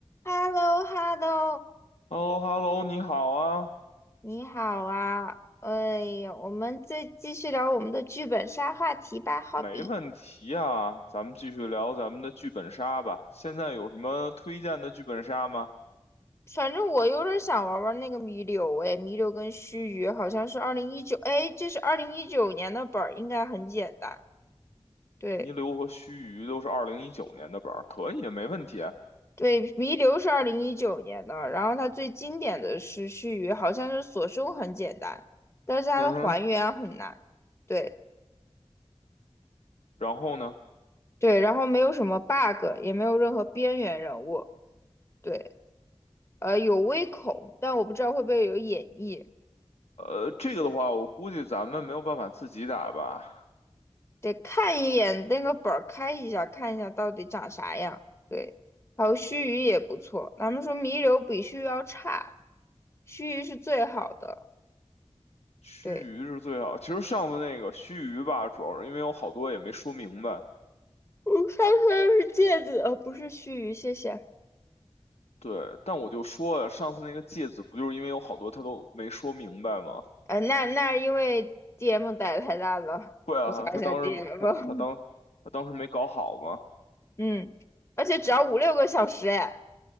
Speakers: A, on the left; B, on the left.
A: h e l l o h e l l o
B: h e l l o h e l l o 你好啊，
A: 你好啊！哎呀，我们再继续聊我们的剧本杀话题吧。好比，
B: 没问题啊，咱们继续聊咱们的剧本杀吧。现在有什么推荐的剧本杀吗？
A: 反正我有点想玩玩那个弥留，哎，弥留跟须臾好像是二零一九，哎，这是二零一九年的本儿，应该很简单。对
B: 泥流》和须臾都是二零一九年的本儿，可以，没问题啊
A: 对，弥留是二零一九年的，然后它最经典的是须臾，好像是锁胸很简单，但是它的还原很难。
B: 嗯哼，
A: 对
B: 然后呢？
A: 对，然后没有什么 bug，也没有任何边缘人物。对。呃，有微恐，但我不知道会不会有演绎，
B: 呃，这个的话，我估计咱们没有办法自己打吧。
A: 得看一眼那个本儿，开一下，看一下到底长啥样。对，还有须臾也不错，咱们说弥留比须臾要差，须臾是最好的。
B: 须臾是最好，
A: 对，
B: 其实上次那个须臾吧，主要是因为有好多也没说明白。
A: 我上次是戒指，呃，不是须臾，谢谢。
B: 对，但我就说呀，上次那个芥子不就是因为有好多他都没说明白吗？
A: 呃，那那因为 DM 打的太烂了，
B: <laughs> 对啊，
A: 吐槽一下
B: 他当时他他当他当时没搞好嘛。
A: DM。<laughs> 嗯，而且只要五六个小时，哎。